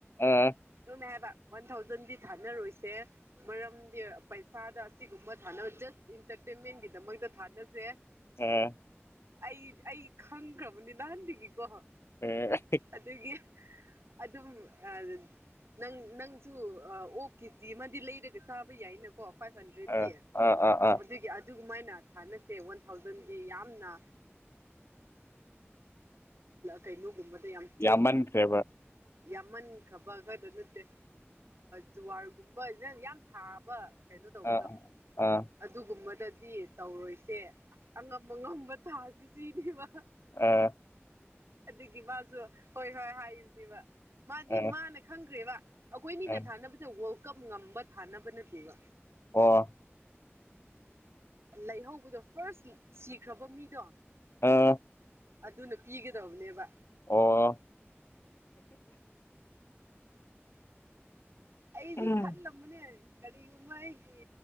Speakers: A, on the left; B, on the right.
A: ꯑꯥ
B: ꯑꯗꯨꯨꯝꯃꯦ ꯍꯥꯏꯕ ꯋꯥꯟ ꯊꯥꯎꯖꯟꯗꯤ ꯊꯥꯅꯔꯣꯏꯁꯦ ꯃꯔꯝꯗꯤ ꯄꯩꯁꯥꯗ ꯑꯁꯤꯒꯨꯝꯕ ꯊꯥꯅꯕ ꯖꯁ ꯏꯟꯇꯔꯇꯦꯟꯃꯦꯟꯒꯤꯗꯃꯛꯇ ꯊꯥꯅꯁꯦ
A: ꯎꯝ
B: ꯑꯩ ꯑꯩ ꯈꯪꯈ꯭ꯔꯕꯅꯤ ꯅꯍꯥꯟꯗꯒꯤꯀꯣ
A: ꯑꯥ
B: ꯑꯗꯨꯒꯤ ꯑꯗꯨꯝ ꯑꯥ ꯅꯪ ꯅꯪꯁꯨ ꯑꯣꯛ ꯀꯦꯖꯤ ꯑꯃꯗꯤ ꯂꯩꯔꯒ ꯆꯥꯕ ꯌꯥꯏꯅꯀꯣ ꯐꯥꯏꯚ ꯍꯟꯗ꯭ꯔꯦꯠꯀꯤ
A: ꯑꯥ ꯑꯥ ꯑꯥ
B: ꯑꯗꯨꯒꯤ ꯑꯗꯨꯒꯃꯥꯏꯅ ꯊꯥꯅꯁꯦ ꯋꯥꯟ ꯊꯥꯎꯖꯟꯗꯤ ꯌꯥꯝꯅ ꯀꯩꯅꯣꯒꯨꯝꯕꯗ ꯌꯥꯝ ꯆꯣꯞ
A: ꯌꯥꯝꯃꯟꯈ꯭ꯔꯦꯕ
B: ꯌꯥꯝꯃꯟꯈ꯭ꯔꯕ ꯈꯗ ꯅꯠꯇꯦ ꯖꯨꯋꯥꯔꯒꯨꯝꯕ ꯌꯥꯝ ꯊꯥꯕ ꯀꯩꯅꯣ ꯇꯧꯕꯗꯣ
A: ꯑꯥ ꯑꯥ
B: ꯑꯗꯨꯒꯨꯝꯕꯗꯗꯤ ꯇꯧꯔꯣꯏꯁꯦ ꯑꯉꯝ ꯑꯉꯝꯕ ꯊꯥꯁꯤ ꯁꯤꯅꯦꯕ
A: ꯑꯥ
B: ꯑꯗꯨꯒꯤ ꯃꯥꯁꯨ ꯍꯣꯏ ꯍꯣꯏ ꯍꯥꯏꯕꯅꯤꯕ ꯃꯥꯗꯤ
A: ꯑꯥ
B: ꯃꯥꯅ ꯈꯪꯈ꯭ꯔꯦꯕ ꯑꯩꯈꯣꯏꯅꯤꯅ
A: ꯑꯥ
B: ꯊꯥꯅꯕꯁꯦ ꯋꯥꯔꯜ ꯀꯞ ꯉꯝꯕ ꯊꯥꯅꯕ ꯅꯠꯇꯦꯕ
A: ꯑꯣ
B: ꯂꯩꯍꯧꯕꯗꯣ ꯐꯥꯔꯁ ꯁꯤꯈ꯭ꯔꯕ ꯃꯤꯗꯣ
A: ꯑꯥ
B: ꯑꯗꯨꯅ ꯄꯤꯒꯗꯧꯕꯅꯦꯕ
A: ꯑꯣ
B: ꯑꯩꯖꯨ
A: ꯎꯝ
B: ꯈꯜꯂꯕ ꯆꯨꯝꯕꯅꯦ ꯀꯔꯤꯒꯨꯝꯕ ꯑꯩꯒꯤ